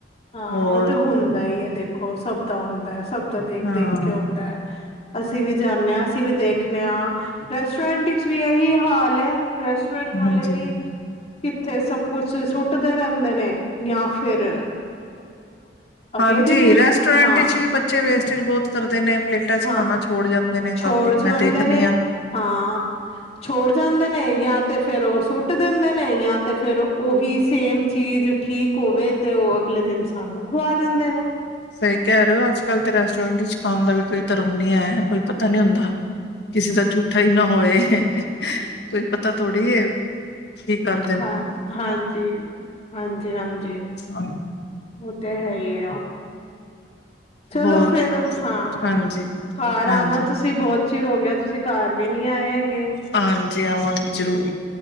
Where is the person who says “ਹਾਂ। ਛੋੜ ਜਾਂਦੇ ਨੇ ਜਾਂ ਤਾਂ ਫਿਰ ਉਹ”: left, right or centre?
Left